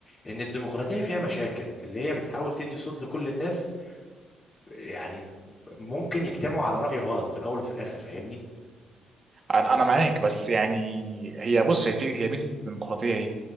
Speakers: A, on the left (about 35°); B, on the right (about 40°).
A: إن الديمقراطية فيها مشاكل اللي هي بتحاول تدي صوت لكل الناس يعني ممكن يجتمعوا على رأي غلط في الأول وفي الآخر فاهمني
B: انا انا معاك بس يعني هي بص هي في هي ميزه الديمقراطيه ايه